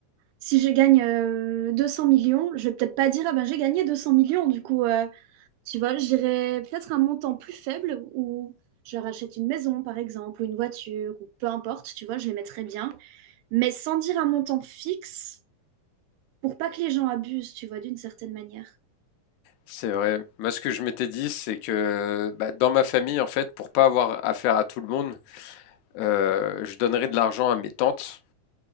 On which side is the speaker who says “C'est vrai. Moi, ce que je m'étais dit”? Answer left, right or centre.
Left